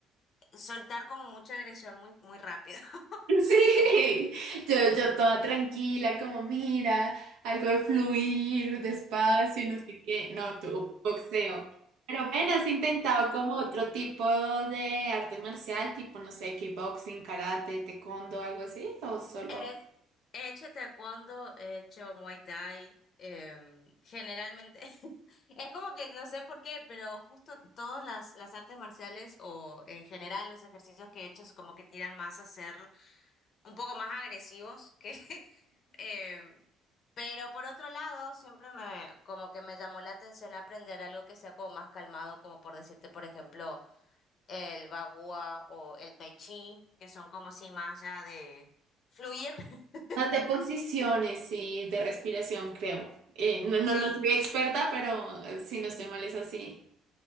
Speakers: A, on the left; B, on the right.
A: soltar como mucha agresión muy, muy rápido. <laughs>
B: Sí,
A: Es-
B: yo, yo toda tranquila, como mira, algo de fluir despacio, no sé qué. No, tú, boxeo. Pero ven, has intentado como otro tipo de arte marcial, tipo, no sé, kickboxing, karate, taekwondo, algo así, o solo
A: He, he hecho taekwondo, he hecho muay thai, em, generalmente <laughs> Es como que no sé por qué, pero justo todas las, las artes marciales o en general los ejercicios que he hecho es como que tiran más a ser un poco más agresivos que... <laughs> eh, pero por otro lado, siempre me como que me llamó la atención aprender algo que sea como más calmado, como por decirte, por ejemplo, el bagua o el tai chi, que son como si más ya de fluir. <laughs>
B: más de posiciones y de respiración, creo. Eh, no, no,
A: Sí,
B: no soy experta, pero eh, si no estoy mal es así.